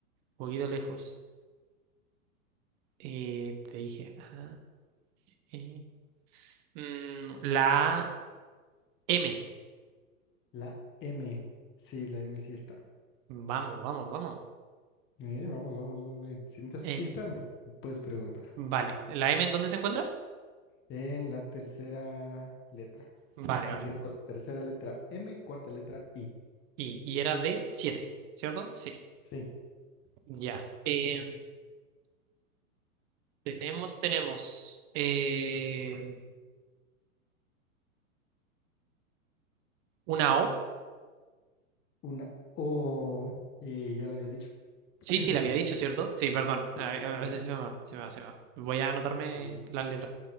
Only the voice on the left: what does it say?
La M. Sí, la M sí está.
Eh, vamos, vamos, vamos bien. Si necesitas
pista, me puedes preguntar.
En la tercera letra.
Tendríamos
tercera letra M, cuarta letra I.
Sí,
una O. eh, ya la había dicho.
<laughs>
Sí,
sí,
ya
la
había dicho.